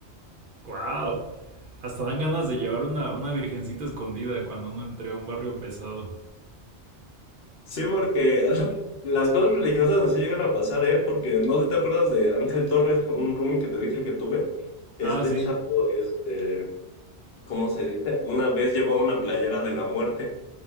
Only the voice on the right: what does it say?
Wow. Hasta dan ganas de llevar una, una virgencita escondida cuando uno entre a un barrio pesado.
Ah, sí.